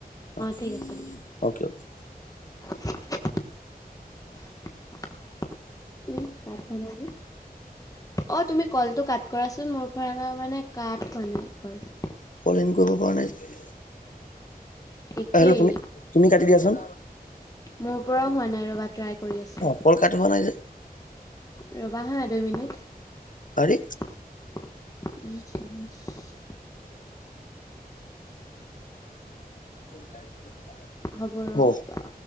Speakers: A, on the left (about 55°); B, on the left (about 20°).
A: অ',
B: ঠিক আছে দিয়া।
A: Okay, okay.
B: <inaudible> ই কাট হোৱা নাই যে, অ', তুমি কলটো কাট কৰাচোন, মোৰ পৰা মানে কাট হোৱা নাই কল।
A: কলইন কৰিব পৰা নাই যে?
B: একেই
A: হেল্ল', তুমি, তুমি কাটি দিয়াচোন।
B: মোৰ পৰাও হোৱা নাই, ৰ'বা ট্ৰাই কৰি আছোঁ।
A: অ কল কাট হোৱা নাই যে
B: ৰবা হা, দুই মিনিট।
A: আৰে।
B: উহ উম।
A: <inaudible>
B: হ'ব ৰ'।
A: অ